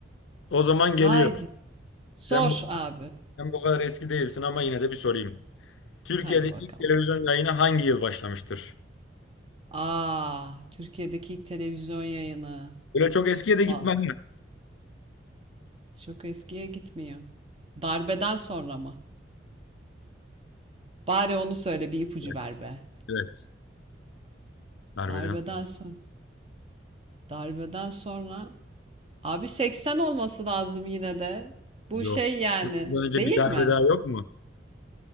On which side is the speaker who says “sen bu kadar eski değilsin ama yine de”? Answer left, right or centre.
Left